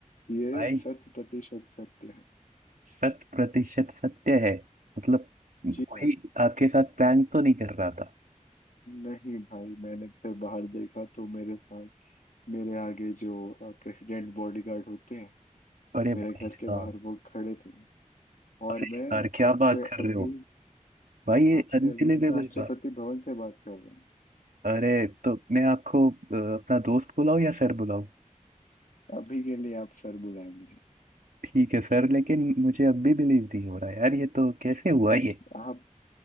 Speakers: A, on the left; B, on the right.
A: ये
B: भाई
A: शत प्रतिशत सत्य है
B: शत प्रतिशत सत्य है मतलब
A: जी
B: कोई
A: भाई
B: आपके साथ प्रैंक तो नहीं कर रहा था
A: नहीं भाई मैंने फिर बाहर देखा तो मेरे साथ मेरे आगे जो प्रेसिडेंट बॉडीगार्ड होते हैं
B: अरे भाई
A: मेरे घर
B: साहब
A: के बाहर वो खड़े थे और
B: अरे यार
A: मैं
B: क्या
A: आपसे
B: बात कर
A: अभी
B: रहे हो भाई ये
A: आपसे
B: अनबिलीवेबल
A: अभी ना राष्ट्रपति
B: बात
A: भवन से बात कर रहा हूँ
B: अरे तो मैं आपको अ, अपना दोस्त बुलाऊं या सर बुलाऊं
A: अभी के लिए आप सर बुलाए मुझे
B: ठीक है सर लेकिन मुझे अब भी बिलीव नहीं हो रहा यार ये तो कैसे हुआ ये
A: आप